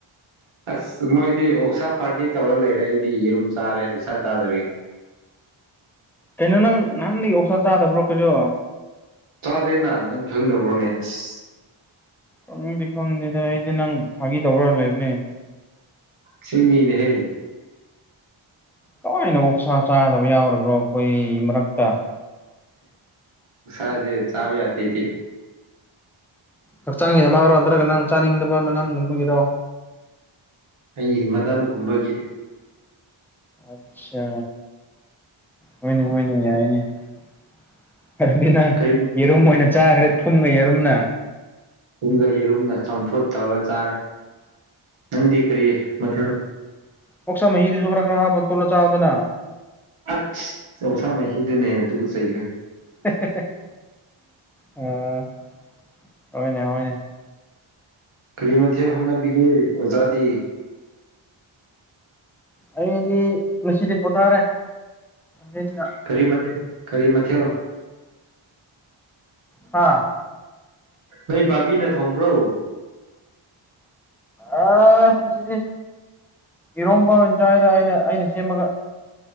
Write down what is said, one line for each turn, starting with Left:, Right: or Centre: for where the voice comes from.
Right: ꯑꯁ ꯃꯣꯏꯗꯤ ꯑꯣꯛꯁꯥ ꯄꯥꯔꯇꯤ ꯇꯧꯔ ꯂꯩꯔꯦ ꯑꯩꯗꯤ ꯌꯦꯔꯨꯝ ꯆꯥꯔꯦ ꯑꯣꯛꯁꯥ ꯆꯥꯗꯕꯤ ꯫
Centre: ꯀꯩꯅꯣ ꯅꯪ ꯅꯍꯥꯟꯗꯒꯤ ꯑꯣꯛꯁꯥ ꯆꯥꯗꯕ꯭ꯔꯣ ꯀꯩꯅꯣ
Right: ꯆꯥꯗꯦꯅ ꯅꯪ ꯈꯪꯗꯕ꯭ꯔꯣꯅꯦ ꯑꯁ
Centre: ꯈꯪꯗꯦ ꯈꯪꯗꯦꯗ ꯑꯩꯗꯤ ꯅꯪ ꯐꯥꯒꯤ ꯇꯧꯕ꯭ꯔꯥꯅ ꯂꯩꯕꯅꯦ ꯫
Right: ꯆꯤꯡꯃꯤꯅꯦꯍꯩ
Centre: ꯀꯃꯥꯏꯅ ꯑꯣꯛꯁꯥ ꯆꯥꯗꯕ ꯌꯥꯎꯔꯕ꯭ꯔꯣ ꯑꯩꯈꯣꯏ ꯃꯔꯛꯇ ꯫
Right: ꯁꯥꯁꯦ ꯆꯥꯕ ꯌꯥꯗꯦꯅꯦ
Centre: ꯍꯛꯆꯥꯡꯒꯤ ꯃꯥꯅꯝꯔꯣ ꯅꯠꯇ꯭ꯔꯒ ꯅꯪ ꯆꯥꯅꯤꯡꯗꯕ ꯃꯅꯝꯒꯨꯝꯕꯒꯤꯔꯣ
Right: ꯑꯩ ꯃꯅꯝꯒꯨꯝꯕꯒꯤ
Centre: ꯑꯆꯥ ꯍꯣꯏꯅꯦ ꯍꯣꯏꯅꯦ ꯌꯥꯅꯦ ꯫
Right: ꯀꯔꯤ
Centre: ꯑꯔꯨꯝ ꯑꯣꯏꯅ ꯆꯥꯈ꯭ꯔꯦ ꯊꯨꯝꯒ ꯑꯔꯨꯝꯅ
Right: ꯊꯨꯝꯒ ꯌꯦꯔꯨꯝꯅ ꯆꯝꯐꯨꯠ ꯇꯧꯔ ꯆꯥꯔꯦ ꯅꯪꯗꯤ ꯀꯔꯤ ꯃꯊꯦꯜ
Centre: ꯀꯣꯛꯁꯥ ꯃꯍꯤꯗꯨꯁꯨ ꯈꯔ ꯈꯔ ꯍꯥꯞꯄ ꯇꯣꯠꯂ ꯆꯥꯎꯗꯅ ꯫
Right: ꯑꯁ ꯑꯣꯛꯁꯥ ꯃꯍꯤꯗꯨꯅ ꯍꯦꯟꯅꯇꯨꯒꯠ ꯆꯩꯈ꯭ꯔꯦ
Centre: <unintelligible> ꯑ ꯍꯣꯏꯅꯦ ꯍꯣꯏꯅꯦ
Right: ꯀꯔꯤꯃꯊꯦꯜ ꯍꯣꯟꯅꯕꯤꯒꯦ ꯑꯣꯖꯥꯗꯤ ꯫
Centre: ꯑꯩꯗꯤ ꯉꯁꯤꯗꯤ ꯄꯣꯊꯥꯔꯦ ꯑꯩ ꯆ
Right: ꯀꯔꯤ ꯃꯊꯦꯜ ꯀꯔꯤ ꯃꯊꯦꯜ
Centre: ꯍꯥ
Right: ꯅꯣꯏ ꯕꯥꯕꯤꯅ ꯊꯣꯡꯕ꯭ꯔꯣ
Centre: ꯑ ꯉꯁꯤꯗꯤ ꯏꯔꯣꯝꯕ ꯑꯣꯏꯅꯆꯥꯏꯗ ꯑꯩꯅ ꯑꯩꯅ ꯁꯦꯝꯃꯒ